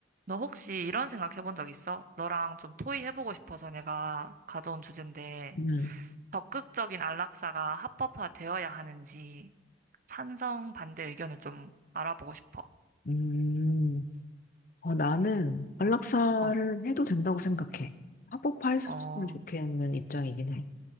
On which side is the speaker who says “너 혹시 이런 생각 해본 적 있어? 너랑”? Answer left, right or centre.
Right